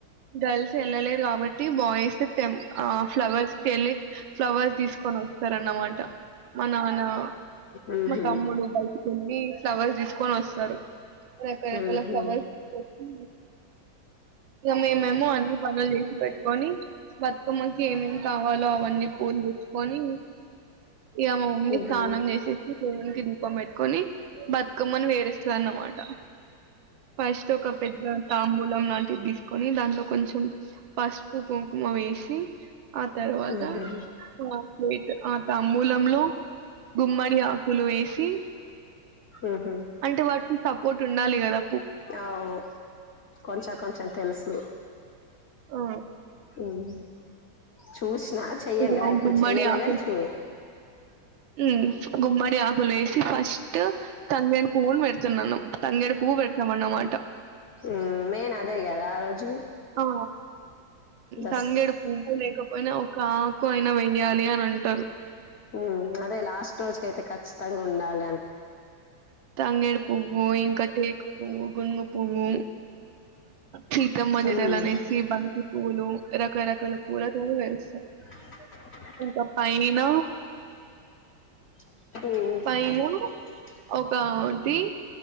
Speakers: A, on the right; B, on the left.
A: గర్ల్స్ వెళ్ళలేరు కాబట్టి బాయ్స్ టం ఫ్లవర్స్ కెళ్ళి ఫ్లవర్స్ తీసుకొని వస్తారన్న అనమాట అవునా
B: ఉహు
A: మ తమ్ముడు బయటికెళ్లి కెళ్లి ఫ్లవర్స్ తీసుకొని వస్తారు రకరకాల
B: ఉహు
A: ఫ్లవర్స్ తెచ్చి ఇగా మేమేమో అన్ని పనులు చేసి పెట్టుకొని బతుకమ్మకి ఏమేమి కావాలో అవన్నీ పూలు తెచ్చుకొని ఇగా మా మమ్మీ
B: ఉహు ఉహు ఉహు
A: స్నానం చేసోచ్చి దేవునికి దీప్ కుంకుమ పెట్టుకొని బతుకమ్మని వేరిస్తాది అన్నమాట ఫస్ట్ ఒక పెద్ద తాంబూలం లాంటి తీసుకొని దాంలో కొంచెం పసుపు కుంకుమ వేష్ సి ఆ తర్వాత
B: ఉహు ఉహు
A: ఆప్లేట్ ఆ తాంబూలంలో గుమ్మడి ఆకులు వేసి
B: ఉహు
A: అంటే వాటిని తప్ పూట ఉండాలి గదా
B: అవ్ కొంచెం కొంచెం తెలుసు
A: అ
B: ఉమ్ చూసినా చెయ్యంగా
A: ఇగ
B: ఇప్పుడు
A: గుమ్మడి
B: చెయ్యలేగాని
A: ఆకులు
B: చూ
A: ఉమ్ గుమ్మడి ఆకులు వేసి ఫస్ట్ తంగేడి పువ్వును పెడుతున్నానుం తంగేడి పువ్ పెడతామని అన్నమాట
B: ఉమ్ మేయిన్ అదే గదా ఆ రోజ్
A: ఆ
B: బస్
A: తంగేడు పువ్వు లేకపోయినా ఒక ఆకు అయినా వెయ్యాలి అని అంటారు
B: ఉ అదే లాస్ట్ రోజుకైతే ఖచ్చితంగా ఉండాల
A: తంగేడి పువ్వు ఇంకా టేకు పువ్వు గును పువ్వు సీతమ్మ జడలు
B: ఉమ్
A: అనేసి బంతి పూలు రకరకాల పూలతో పేరుస్తారు
B: <inaudible>
A: ఇంకా పైన
B: ఉ
A: పైన ఒకటి